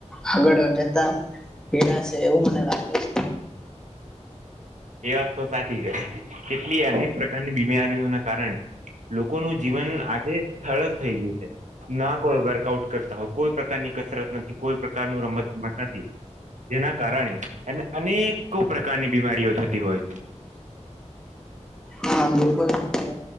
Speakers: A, in the centre; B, on the right (about 80°).
A: આગળ જતા પીડાશે એવું મને લાગે છે
B: એ વાત તો સાચી છે કેટલી અનેક પ્રકારની બીમારીઓ ના કારણે લોકોનુંું જીવન આજે સરળળ થઈ ગયું છે ના કોઈ વર્કઆઉટ કરતા હોય કોઈ પ્રકારની કસરત નથી કોઈ પ્રકાર ન રમત ગમત નથી જેના કારણે એને અનેકો પ્રકારની બીમારીઓ થતી હોય છે
A: હા બિલકુલ સાચી